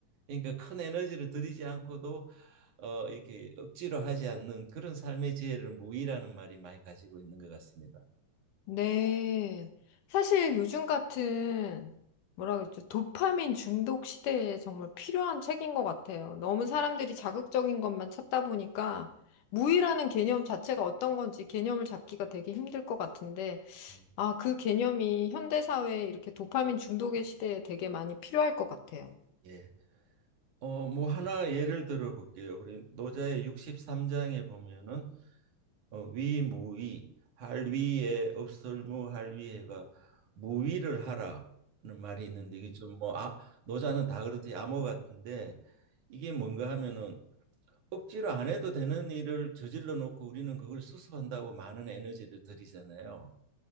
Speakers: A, on the right (about 75°); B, on the left (about 85°).
A: 그러니까 큰 에너지를 들이지 않고도 어, 이렇게 억지로 하지 않는 그런 삶의 지혜를 무의라는 말이 많이 가지고 있는 것 같습니다.
B: 네. 사실 요즘 같은, 뭐라 그랬죠? 도파민 중독 시대에 정말 필요한 책인 것 같아요. 너무 사람들이 자극적인 것만 찾다 보니까 무의라는 개념 자체가 어떤 건지 개념을 잡기가 되게 힘들 것 같은데,
A: 음,
B: 아, 그 개념이 현대사회에 이렇게 도파민 중독의 시대에 되게 많이 필요할 것 같아요.
A: 예. 어, 뭐 하나 예를 들어 볼게요. 우리 노자의 63장에 보면은 어, 위무위 할위에 없설무할위에가 무위를 하라는 말이 있는데 이게 좀 뭐 아, 노자는 다 그렇듯이 암호 같은데 이게 뭔가 하면은 억지로 안 해도 되는 일을 저질러 놓고 우리는 그걸 수습한다고 많은 에너지를 들이잖아요.